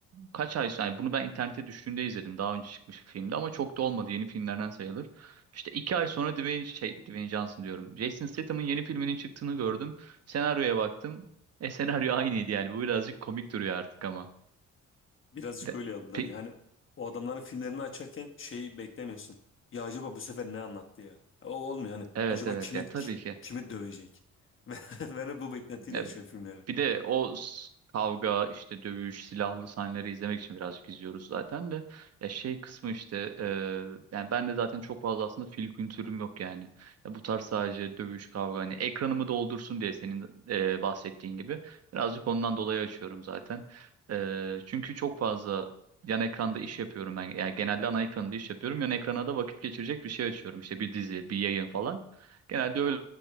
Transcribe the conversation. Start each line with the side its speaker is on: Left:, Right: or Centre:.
Right: kaç ay sonra yani bunu ben internette düştüğünde izledim. Daha önce çıkmış bir filmdi ama çok da olmadı. Yeni filmlerden sayılır. İşte iki ay sonra Dwayne, şey, Dwayne Johnson diyorum. Jason Statham'ın yeni filminin çıktığını gördüm. Senaryoya baktım. E senaryo aynıydı yani. Bu birazcık komik duruyor artık ama.
Left: Birazcık
Right: De-
Left: öyle yaptılar
Right: pe-
Left: yani. O adamların filmlerini açarken şeyi beklemiyorsun. Ya acaba bu sefer ne anlattı ya? O olmuyor hani.
Right: evet
Left: Acaba
Right: evet
Left: kimi
Right: ya tabii
Left: ki-
Right: ki.
Left: kimi dövecek? <laughs> Ben, ben hep bu beklentiyle
Right: Ya
Left: açıyorum filmleri.
Right: bir de o s- kavga işte dövüş silahlı sahneleri izlemek için birazcık izliyoruz zaten de ya şey kısmı işte e, yani ben de zaten çok fazla aslında film kültürüm yok yani ya bu tarz sadece dövüş kavga hani ekranımı doldursun diye senin e, bahsettiğin gibi birazcık ondan dolayı açıyorum zaten E, çünkü çok fazla yan ekranda iş yapıyorum ben yani genelde ana ekranda iş yapıyorum yan ekrana da vakit geçirecek bir şey açıyorum işte bir dizi bir yayın falan genelde öyle